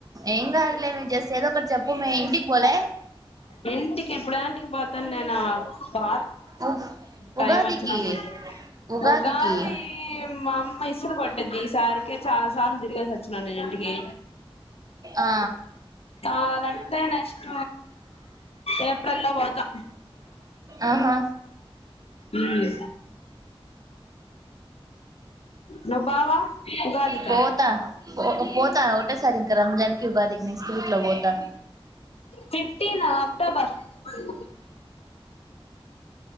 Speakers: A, on the right; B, on the left.
A: ఏం గాదులే మే. జస్ట్ ఏదో ఒకటి చెప్పు మే ఇంటికి పోలే?
B: ఇంటికి ఇప్పుడేంటికి పోతాన్ నేను? పా
A: ఉ
B: టైమ్
A: ఉగాదికి
B: వచ్చినప్పుడు.
A: ఉగాదికి
B: ఉగాది మా అమ్మ ఇసిరి కొట్టిద్ది. ఈసారికే చాల, సార్లు తిరిగేసి వచ్చిన నేను ఇంటికి.
A: ఆ
B: అవునంటే నెక్స్ట్, ఏప్రిల్ లో పోతా.
A: ఆహా
B: ఉమ్ నువ్వు బావా ఉగాదికా
A: పోతా పోతా ఓ టే సరిగ్గా రంజానికి ఉగాదికి నెక్స్ట్ వీక్ల పోతా
B: ఫిఫ్టీన్ అక్టోబర్ అ